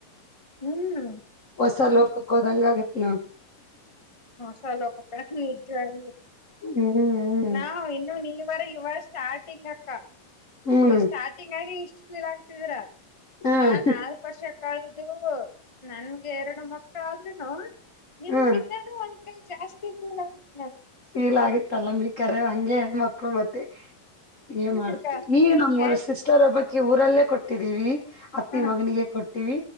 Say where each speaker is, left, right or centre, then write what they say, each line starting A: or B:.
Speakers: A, on the left; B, on the left.
A: ಹ್ಮ್
B: ಹೊಸ ಲೋಕ. ಕ್ಕೋದಂಗ ನವು.
A: ಹೊಸ ಲೋಕಕ ನಿಜವಾಗಲೂ.
B: ಹ್ಮ್ ಹ್ಮ್
A: ನಾ ಇನ್ನು ನೀವರ ಇವ ಸ್ಟಾರ್ಟಿಂಗ್ ಅಕ್ಕ.
B: ಹ್ಮ್
A: ಈ ಸ್ಟಾರ್ಟಿಂಗ್ ಆಗಿ ಇಷ್ಟ ಕೀಲ್ ಆಗ್ತಿದ್ರ
B: ಹ್ಮ್
A: ನಾನ್ ನಾಲ್ಕ ವರ್ಷ. ಮ ಕಳದು ನನ್ಗೆ ಎರಡು ಮಕ್ಕಳ ಆದ ರನು ನಿಮಗಿ.
B: ಹ್ಮ್
A: ಒಂಟ ಜಾಸ್ತಿ ಇತ್ತು ನನ್.
B: ಫೀಲ್ ಆಗಿತ್ತಲ್ಲಮ್ಮ ಕರೆ ಹಂಗೆ ಹೆಣ್ಮಕ್ಳು ಮತ್ತೆ. ಏ
A: ಹ್ಮ್
B: ಮಾಡ್ತ್ತ
A: ಅಕ್ಕ
B: ಈಗ ನಮ್ಮ್ರು
A: ಎಷ್ಟ್
B: ಸಿಸ್ಟರ್ ಹಬ್ಬಕ್ಕೆ ಊರಲ್ಲೇ ಕೊಟ್ಟಿದ್ದೀವಿ. ಅತ್ತಿ
A: ಹಾ
B: ಮಗನಿಗೆ ಕೊಟ್ಟಿವವಿ